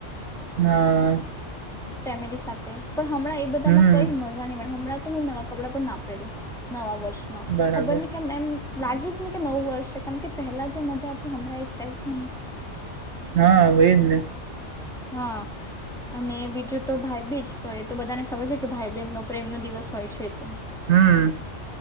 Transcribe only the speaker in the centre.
ફેમિલી સાથે પણ હમણાં એ બધામાંં
કઈ મજા ની મળે હમણાં તો હું નવા કપડા પણ ના પેરુ નવા વર ષ માં
ખબર ની કેમ એમ લાગે જ ની કે નવું વર્ષે છે કારણ કે પહેલા જે મજા હતી હમણાં એ છે જ નહીં
હા અને બીજું તો ભાઈ બીજ તો એ તો બધાને ખબર છે કે ભાઈ બેન નો પ્રેમ નો દિવસ હોય છે તો